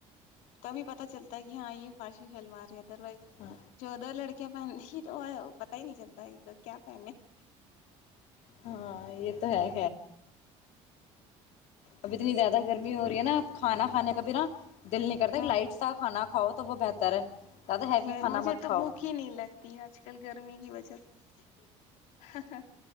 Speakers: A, on the left; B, on the left.
A: تبھی پتا چلتا تا کہ ہاں یہ فاشی شلوار رہی ہے ادروائز
B: ہاں
A: جو ادر لڑک کیا پہن رہی تو پتا ہی نہیں چلتا تو کیا پہنے <inaudible>
B: ہاں یہ تو ہے ابھی اتنی زیادہ گرمی ہو رہی ہے نا کھانا کھانے کا بھی نا دل نہیں کرتا
A: ہاں
B: لائٹ سا کھانا کھاؤ تو وہ بہتر ہے زیادہ ہیوی
A: میں
B: کھانا
A: مجھے
B: مت
A: تو
B: کھاؤ
A: بھوک ہی نہیں لگتی آج کل گرمی کی وجہ سے